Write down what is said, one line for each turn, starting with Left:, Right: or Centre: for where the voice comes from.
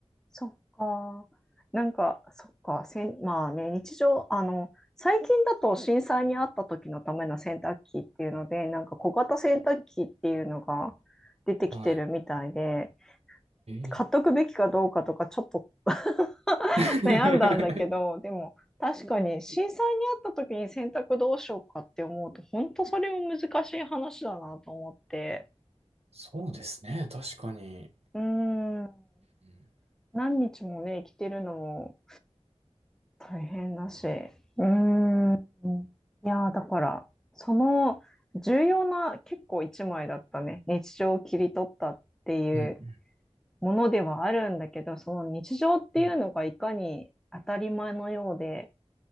Centre: そっか。なんか、そっか。せん、まあね、日常、あの、最近だと震災にあった時のための洗濯機っていうので、なんか小型洗濯機っていうのが出てきてるみたいで、
Right: はい。え
Centre: 買っとくべきかどうかとかちょっと <laughs>
Right: え
Centre: 悩んだんだけど、
Right: <laughs>
Centre: でも確かに震災にあった時に洗濯どうしようかって思うと、本当それも難しい話だなと思って。
Right: そうですね。確かに。
Centre: うーん。
Right: うん、
Centre: 何日もね、生きてるのも大変だし。うーん。いやー、だから、その重要な結構一枚だったね。日常を切り取ったっていう
Right: うん。
Centre: ものではあるんだけど、その日常っていうのがいかに当たり前のようで、
Right: うん